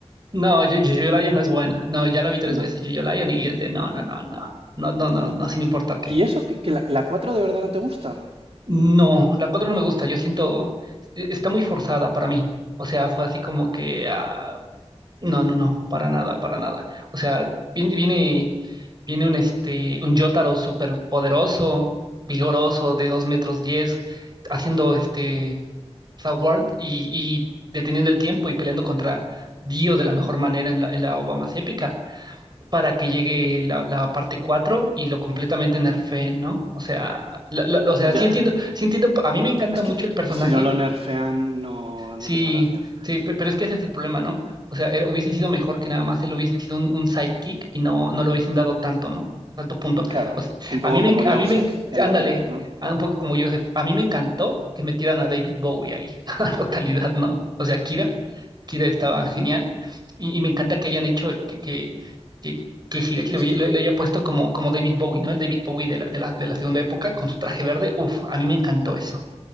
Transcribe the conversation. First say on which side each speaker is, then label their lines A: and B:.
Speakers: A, on the right; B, on the right.
A: No, yo, yo, yo Lion no es buena. No, ya la vi tres
B: No,
A: veces, yo, yo Lion y es de no, no, no, no. No, no, no,
B: no,
A: no, sin importar qué.
B: ¿Y eso? ¿Que, que la, la 4 de verdad no te gusta?
A: No, la 4 no me gusta, yo siento, e- está muy forzada para mí. O sea, fue así como que ah, No, no, no, para nada, para nada. O sea, viene, viene, viene un este, un Jotaro súper poderoso, vigoroso, de dos metros diez, haciendo este Sword y, y deteniendo el tiempo y peleando contra Dio de la mejor manera en la, en la ova más épica, para que llegue la, la parte 4 y lo completamente nerfeen, ¿no? O sea, la- la- o sea,
B: Ya,
A: sí entiendo, sí entiendo, a mí me encanta
B: es
A: mucho
B: que
A: el personaje
B: si no lo nerfean no,
A: Sí,
B: no tiene gracia.
A: sí, pe- pero es que ese es el problema, ¿no? O sea, él- hubiese sido mejor que nada más él hubiese sido un, un sidekick y no, no le hubiesen dado tanto, ¿no? Tanto punto.
B: Claro,
A: O sea,
B: un
A: a
B: poco
A: mí me,
B: como
A: enc- a
B: Joseph
A: mí me, enc-
B: en
A: ándale,
B: la 3, ¿no?
A: ah, un poco como Joseph, a mí me encantó que metieran a David Bowie ahí, <laughs> a totalidad, ¿no? O sea, Kira, Kira estaba
B: Ujú.
A: genial y, y me encanta que hayan hecho el que, que, que, que Hiroki
B: Es
A: le, hubi-
B: que,
A: le- le haya puesto como, como David Bowie, ¿no? El David Bowie de la, de la, de la segunda época con su traje verde, uf, a mí me encantó eso.